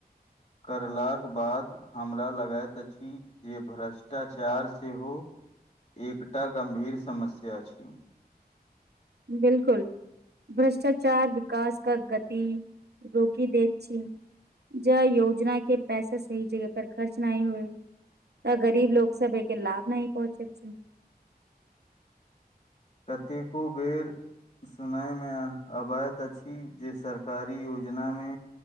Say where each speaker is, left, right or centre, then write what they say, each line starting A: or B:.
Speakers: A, on the left (about 45°); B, on the right (about 85°).
A: करलाक बाद हमरा लगैत छी जे भ्ररस शिटाचार सेहो एकटा गम्भीर समस्या अछि
B: बिल्कुल भ्रष्टाचार विकास का गति रोकि दैत छीयै ज योजना के पैसा सही जगह पर खर्च नाहि होए तऽ गरीब लोक सब एहिके लाभ नही पहुँचेत छै
A: कतेको बेर सुनाय मे अवायत अछि जे सरकारी योजना मे